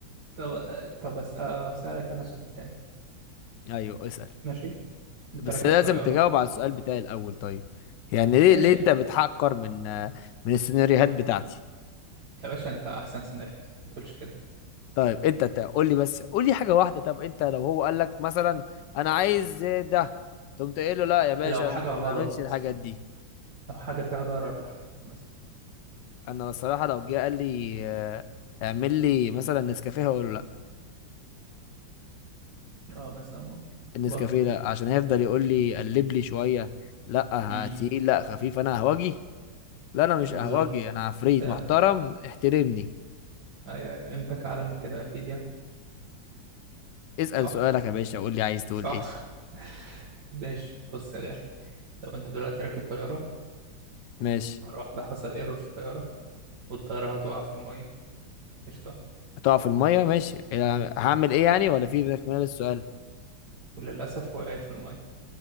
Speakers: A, on the right; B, on the left.
A: طب آه، طب بس آه، اسالك انا سؤال تاني
B: ايوه اسال
A: ماشي
B: بس
A: انت راكب
B: لازم
A: طياره
B: تجاوب على السؤال بتاعي الاول طيب يعني ليه
A: ماشي
B: ليه انت بتحقر من آه، من السيناريوهات بتاعتي
A: يا باشا انت احسن سيناريو ما تقولش كده
B: طيب انت تا- قول لي بس قول لي حاجه واحده طب انت لو هو قال لك مثلا انا عايز ده تقوم تقول له لا يا باشا
A: لو حاجه
B: انا
A: غلط
B: ما بعملش الحاجات
A: مثلا
B: دي
A: لو حاجه فيها ضرر لحد مثلا
B: انا الصراحه لو جه قال لي آه، اعمل لي مثلا نسكافيه هقول له
A: اه مثلا ممكن
B: النسكافيه
A: برضه
B: لا عشان هيفضل يقول لي قلب لي شويه لا
A: امم
B: تقيل لا خفيف انا اهوجي لا انا مش
A: بالظبط
B: اهوجي انا عفريت
A: انت
B: محترم احترمني
A: ايوه ايوه قيمتك اعلى من كده اكيد يعني
B: اسال
A: صح
B: سؤالك يا باشا قول لي عايز تقول
A: صح
B: ايه
A: <laughs> ماشي بص يا غالي لو انت دلوقتي راكب طياره
B: ماشي
A: مره واحده حصل ايرور في الطياره والطيارة هتقع في المية قشطة
B: هتقع في الميه ماشي إيه، هعمل ايه يعني ولا في تكمله للسؤال
A: وللأسف وقعت في المية